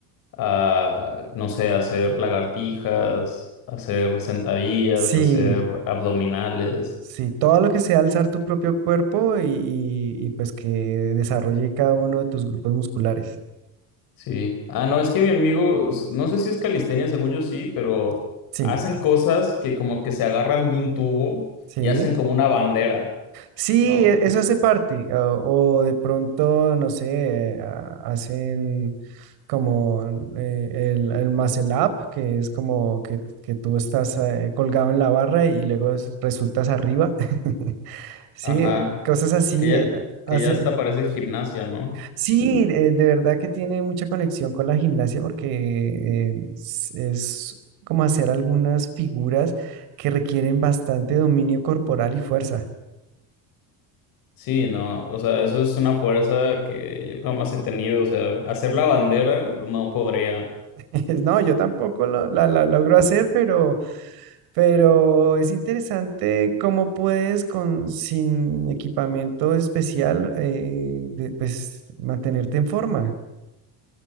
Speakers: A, on the left; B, on the right.
A: a, no sé, hacer lagartijas, hacer sentadillas,
B: Sí,
A: hacer abdominales.
B: sí, todo lo que sea alzar tu propio cuerpo y, y- y, pues que desarrolle cada uno de tus grupos musculares.
A: Sí. Ah, no, es que mi amigo, s- no sé si es calistenia, según yo sí, pero
B: Sí,
A: hacen cosas que como que se agarran de un tubo
B: sí.
A: y hacen como una bandera,
B: Sí,
A: ¿no?
B: e- eso hace parte. O, o de pronto, no sé, eh, a- hacen como eh, el, el muscle up, que es como que, que tú estás eh, colgado en la barra y luego es- resultas arriba. <laughs> Sí,
A: Ajá.
B: eh, cosas así.
A: Que ya,
B: eh, ah,
A: que
B: hace-
A: ya hasta parece gimnasia, ¿no?
B: Sí, de, de verdad que tiene mucha conexión con la gimnasia porque eh, es, es como hacer algunas figuras que requieren bastante dominio corporal y fuerza.
A: Sí, no, o sea, eso es una fuerza que yo jamás he tenido, o sea, hacer la bandera no podría.
B: <laughs> No, yo tampoco lo- la, la logro hacer, pero, pero es interesante cómo puedes con, sin equipamiento especial eh, de- pues, mantenerte en forma.